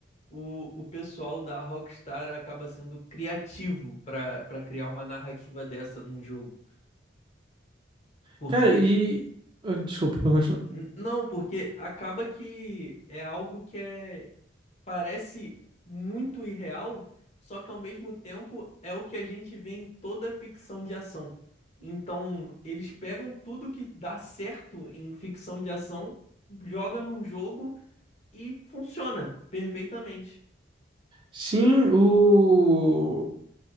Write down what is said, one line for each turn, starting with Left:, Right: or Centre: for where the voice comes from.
Left: o, o pessoal da Rockstar acaba sendo criativo pra para criar uma narrativa dessa num jogo. Porque,
Right: Cara, e... ah, Desculpa, pra continuar.
Left: n- não, porque acaba que é algo que é parece muito irreal, só que ao mesmo tempo é o que a gente vê em toda ficção de ação. Então, eles pegam tudo que dá certo em ficção de ação, joga num jogo e funciona perfeitamente.
Right: Sim, o...